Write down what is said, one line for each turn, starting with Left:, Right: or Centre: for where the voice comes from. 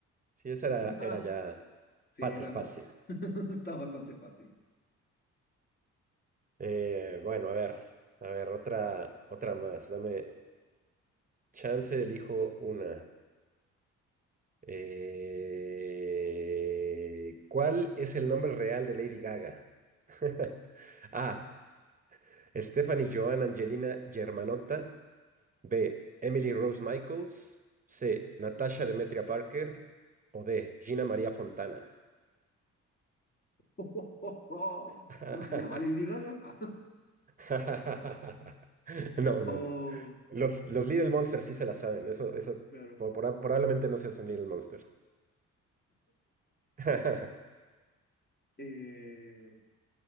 Right: Sí, esa era,
Left: Eso estaba.
Right: era ya
Left: Sí,
Right: fácil,
Left: era
Right: fácil.
Left: fácil. <laughs> Está bastante fácil.
Right: Eh, bueno, a ver, a ver, otra, otra más. Dame chance, elijo una. Eh, ¿cuál es el nombre real de Lady Gaga? <laughs> A. Stephanie Joan Angelina Germanotta. B. Emily Rose Michaels. C. Natasha Demetria Parker. O D. Gina María Fontana.
Left: <laughs>
Right: <laughs>
Left: No se llama Lady Gaga. <laughs>
Right: <laughs> No,
Left: Oh,
Right: no, no. Los, los Little Monsters sí se la saben. Eso, eso
Left: claro.
Right: po- pora- probablemente no seas un Little Monster. <laughs>
Left: Eh,